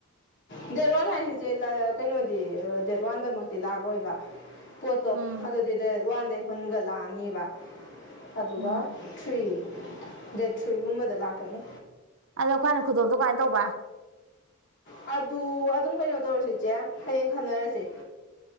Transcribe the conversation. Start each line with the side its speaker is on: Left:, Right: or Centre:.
Left: ꯗꯦꯠ ꯋꯥꯟ ꯍꯥꯏꯁꯤꯁꯦ ꯂꯛ ꯀꯩꯅꯣꯗꯤ ꯗꯦꯠ ꯋꯥꯟꯗꯃꯛꯇꯤ ꯂꯥꯛꯑꯣꯏꯕ꯫ ꯄꯣꯠꯇꯣ
Right: ꯎꯝ
Left: ꯑꯗꯨꯗꯤ ꯗꯦꯠ ꯋꯥꯟꯗꯩ ꯍꯨꯟꯒꯠꯂꯛꯑꯅꯤꯕ ꯑꯗꯨꯒ
Right: ꯎꯝ
Left: ꯊ꯭ꯔꯤ ꯗꯦꯠ ꯊ꯭ꯔꯤꯒꯨꯝꯕꯗ ꯂꯥꯛꯀꯅꯤ꯫
Right: ꯑꯗꯣꯈꯣꯏꯅ ꯈꯨꯗꯣꯞꯣ ꯀꯃꯥꯏꯅ ꯇꯧꯕ
Left: ꯑꯗꯨ ꯑꯗꯨꯝ ꯀꯩꯅꯣ ꯇꯧꯔꯁꯤ ꯏꯆꯦ ꯍꯌꯦꯡ ꯈꯟꯅꯔꯁꯦ